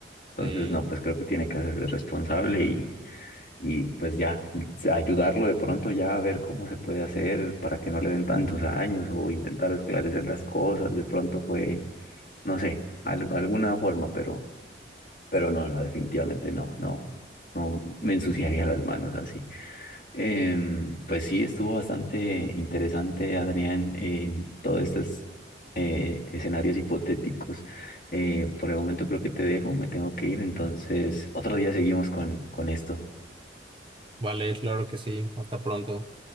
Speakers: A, on the left; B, on the right.
A: Entonces,
B: Sí,
A: no, pues creo que tiene que hacerse responsable y pues ya ayudarlo de pronto ya a ver cómo se puede hacer para que no le den tantos años o intentar esclarecer las cosas, de pronto fue, no sé, al- alguna forma, pero, pero no, no, definitivamente no, no, no me ensuciaría las manos así. Em, pues sí, estuvo bastante interesante, Adrián, em, todos estos eh, escenarios hipotéticos. Eh, por el momento creo que te dejo, me tengo que ir, entonces otro día seguimos con, con esto.
B: vale, claro que sí, hasta pronto.